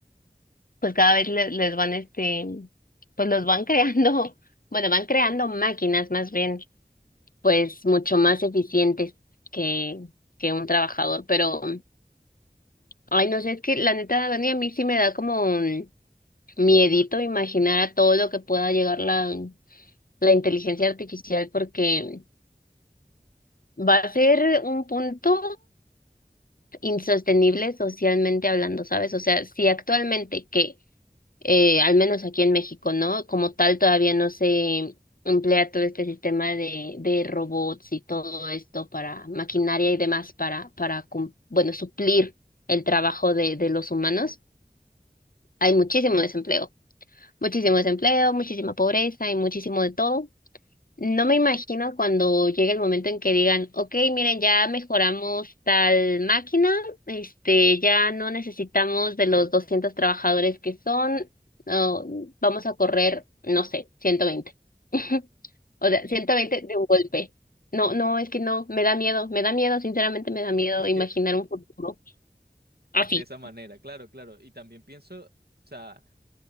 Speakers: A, on the left; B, on the right.
A: pues cada vez le- les, van, este, pues los van creando, <laughs> bueno, van creando máquinas más bien, Pues mucho más eficientes que, que un trabajador. Pero, ay, no sé, es que la neta, Dani, a mí sí me da como un miedito imaginar a todo lo que pueda llegar la, la inteligencia artificial porque va a ser un punto. insostenible socialmente hablando, ¿sabes? O sea, si actualmente que, eh, al menos aquí en México, ¿no? Como tal, todavía no se emplea todo este sistema de, de robots y todo esto para maquinaria y demás para, para, cum- bueno, suplir el trabajo de, de los humanos, hay muchísimo desempleo, muchísimo desempleo, muchísima pobreza y muchísimo de todo. No me imagino cuando llegue el momento en que digan, ok, miren, ya mejoramos tal máquina, este, ya no necesitamos de los 200 trabajadores que son, no, vamos a correr, no sé, ciento veinte, <laughs> O sea, 120 de un golpe. No, no, es que no, me da miedo, me da miedo, sinceramente me da miedo
B: Es
A: imaginar
B: que
A: un futuro así.
B: de esa manera, claro, claro. Y también pienso, o sea,